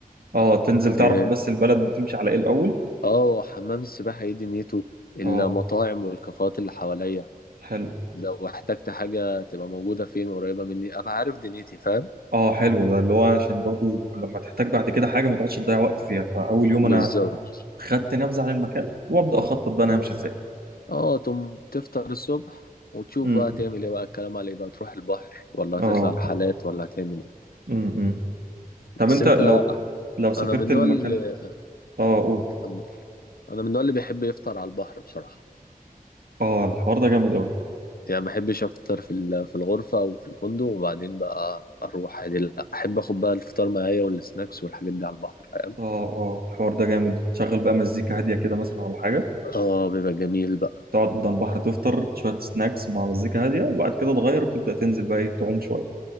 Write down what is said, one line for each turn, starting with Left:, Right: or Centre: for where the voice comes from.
Right: اه تنزل تعرف
Left: آه،
Right: بس البلد بتمشي على ايه الاول
Left: اه حمام السباحة ايه دنيته المطاعم
Right: اه
Left: والكافيهات اللي حواليا
Right: حلو
Left: لو احتجت حاجة تبقى موجودة فين قريبة مني ابقى عارف دنيتي فاهم
Right: اه حلو ده اللي هو عشان برضو لما تحتاج بعد كده حاجه ما تقعدش تضيع وقت فيها فاول يوم
Left: بالظبط
Right: انا خدت نبذه عن المكان وابدا اخطط بقى انا همشي ازاي
Left: اه تم تفطر الصبح وتشوف
Right: امم
Left: بقى تعمل ايه بقى الكلام عليه بقى تروح البحر ولا هتطلع
Right: اه
Left: رحلات ولا هتعمل ايه
Right: امم طب
Left: بس
Right: انت
Left: انت
Right: لو لو سافرت
Left: انا من النوع
Right: المكان
Left: اللي
Right: اه قول
Left: كمل. انا من النوع اللي بيحب يفطر على البحر بصراحة
Right: اه الحوار ده جامد قوي
Left: يعني ما بحبش افطر في ال- في الغرفة او في الفندق وبعدين بقى اروح عادي لا احب اخد بقى الفطار معايا والسناكس والحاجات دي على البحر فاهم
Right: اه اه الحوار ده جامد تشغل بقى مزيكا هاديه كده مثلا ولا حاجه
Left: اه بيبقى جميل بقى
Right: تقعد قدام البحر تفطر شويه سناكس مع مزيكا هاديه وبعد كده تغير تبدا تنزل بقى ايه تعوم شويه